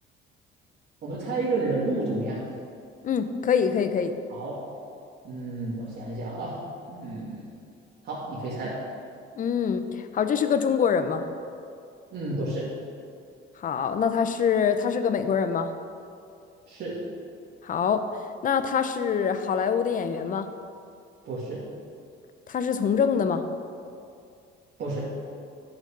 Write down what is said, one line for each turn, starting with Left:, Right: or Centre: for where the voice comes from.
Right: 我们猜一个人物怎么样？
Left: 嗯，可以，可以，可以，
Right: 好，嗯，我想一想啊，嗯，好，你可以猜了，
Left: 嗯，好，这是个中国人吗？
Right: 嗯，不是，
Left: 好，那他是他是个美国人吗？
Right: 是
Left: 好，那他是好莱坞的演员吗？
Right: 不是
Left: 他是从政的吗
Right: 不是，